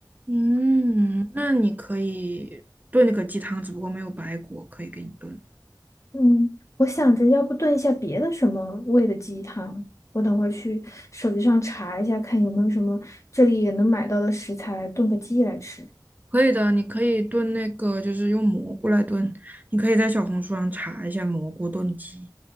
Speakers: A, on the right; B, on the left.
A: 嗯，那你可以炖那个鸡汤，只不过没有白果可以给你炖。
B: 嗯，我想着要不炖一下别的什么味的鸡汤。我等会儿去手机上查一下，看有没有什么这里也能买到的食材来炖个鸡来吃。
A: 可以的，你可以炖那个，就是用蘑菇来炖。你可以在小红书上查一下蘑菇炖鸡。